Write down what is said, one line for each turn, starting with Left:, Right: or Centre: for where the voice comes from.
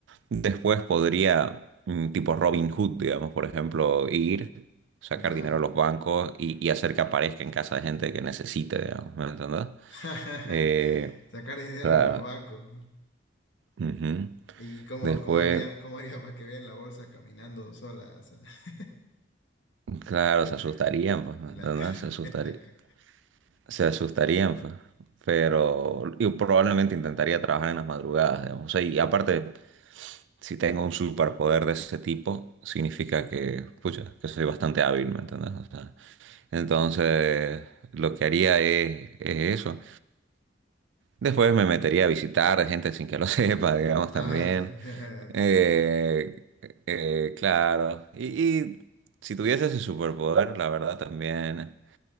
Right: Después podría, mm, tipo Robin Hood, digamos, por ejemplo, ir, sacar
Left: Ya.
Right: dinero a los bancos y, y hacer que aparezca en casa de gente que necesite, digamos, ¿me entendés?
Left: <laughs>
Right: Eh,
Left: Sacar dinero
Right: claro.
Left: de los bancos.
Right: Ujú.
Left: ¿Y cómo,
Right: Después,
Left: cómo haría, cómo haría para que vean la bolsa caminando sola? O sea, <laughs>
Right: claro, se
Left: la,
Right: asustarían, pues, ¿me
Left: en
Right: entiendes?
Left: la, ca-
Right: Se asustarí-
Left: <laughs> en la ca-
Right: se asustarían, pues. Pero yo probablemente intentaría trabajar en las madrugadas, digamos. O sea, y aparte, si tengo un superpoder de ese tipo, significa que, pucha, que soy bastante hábil, ¿me entiendes? O sea, entonces, lo que haría es, es eso. Después me metería a visitar gente sin que lo <laughs> sepa, digamos,
Left: Ah,
Right: también.
Left: <laughs>
Right: Eh,
Left: ok.
Right: eh, claro. Y, y si tuviese ese superpoder, la verdad también